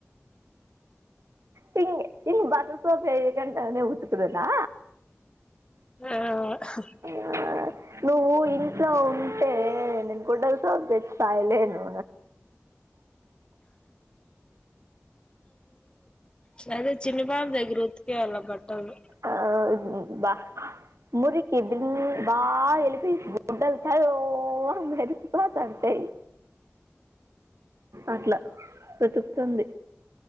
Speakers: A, on the right; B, on the left.
A: హిం హింగ్ బట్టలసోప్ ఏయకుంటానే ఉత్కుదునా
B: ఆ హ
A: ఆ నువ్వు ఇంట్లో ఉంటే నేను గుడ్డల సోపు తెచ్చి సాదలేను
B: సరే చిన్ని పాప ఇపుడు ఉతికేయాల బట్టలు
A: ఆ బా మురుకి బిల్ బా వెలుపి గుడ్డలు తెల్లగా మెరిసిపోతూంటాయి అట్లా వెతుకుతుంది